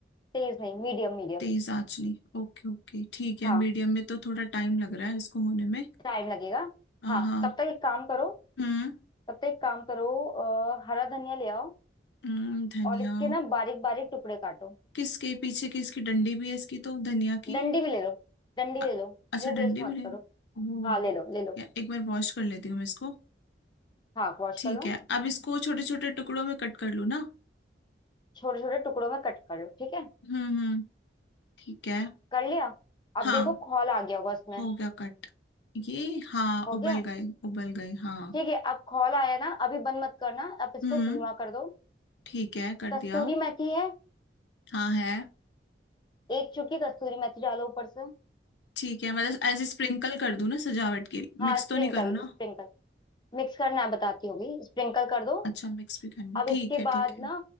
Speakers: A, on the left; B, on the left.
A: तेज नहीं मीडियम मीडियम
B: तेज आंच नहीं ओके ओके ठीक है
A: हाँ
B: मीडियम में तो थोड़ा टाइम लग रहा है इसको होने में
A: टाइम लगेगा
B: हाँ
A: हाँ तब तक एक काम करो
B: हम्म
A: तब तक एक काम करो अ, हरा धनिया ले आओ
B: हम्म धनिया
A: और इसके ना बारीक बारीक टुकड़े काटो
B: किसके पीछे की इसकी डंडी भी है इसकी तो धनिया की
A: डंडी भी ले लो डंडी
B: अ-
A: ले लो
B: अच्छा
A: वो
B: डंडी
A: वेस्ट
B: भी
A: मत
B: रहेगी
A: करो
B: ओह,
A: हाँ ले लो ले लो
B: या एक बार वॉश कर लेती हूँ मैं इसको
A: हाँ वॉश
B: ठीक
A: कर लो
B: है अब इसको छोटे छोटे टुकड़ों में कट कर लूँ ना
A: छोटे छोटे टुकड़ों में कट कर लो ठीक है
B: हम्म हम्म ठीक है
A: कर लिया अब
B: हाँ
A: देखो खौल आ गया होगा उसमें
B: हो गया कट ये हाँ
A: हो
B: उबल
A: गया
B: गए उबल गए हाँ
A: ठीक है अब खौल आया ना अभी बंद मत करना अब इसको
B: हम्म
A: धीमा कर दो
B: ठीक है कर
A: कस्तूरी
B: दिया
A: मेथी है
B: हाँ है
A: एक चुटकी कस्तूरी मेथी डालो ऊपर से
B: ठीक है मतलब ऐसे स्प्रिंकल कर दूँ ना सजावट के
A: हाँ
B: मिक्स
A: स्प्रिंकल
B: तो नहीं करूँ ना
A: स्प्रिंकल मिक्स करना है, बताती होगी स्प्रिंकल कर दो
B: अच्छा मिक्स भी करना
A: अब
B: ठीक
A: इसके
B: है
A: बाद
B: ठीक है
A: ना